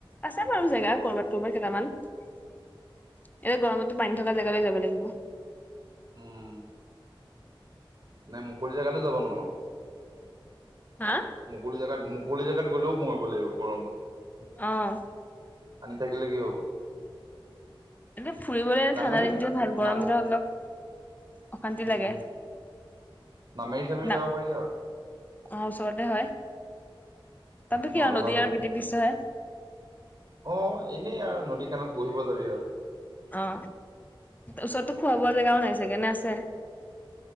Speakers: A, on the left; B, on the right.
A: আছে বাৰু জেগা কৰবাত কৰ'বাত কেইটামান। এতিয়া গৰমতো পানী থকা জেগালৈ যাব লাগিব।
B: উম নাই মুকলি জেগাতে যাব নোৱাৰো।
A: হা
B: মুকলি জেগাত মুকলি জেগাত গ'লেও মৰিব লাগিব গৰমত।
A: আহঁ।
B: আনি থাকিলে কি হ'ব।
A: এয়া ফুৰিবলৈ এ
B: নামেৰি
A: ঠাণ্ডা দিনটো ভাল গৰম
B: নাম
A: দিনত অলপ। অশান্তি লাগে
B: উম, নামেৰি চামৰি
A: না
B: যাব পাৰি আৰু।
A: অ ওচৰতে হয় তাতো
B: নহ'লে
A: কি আৰু নদী
B: ভাল হক
A: আৰু প্ৰাকৃতিক দৃশ্য হে
B: অ এনেই আৰু নদী কানত বহিব যাবি আৰু
A: অ ওচৰতো খোৱা বোৱা জেগাও নাই চাগেনে আছে।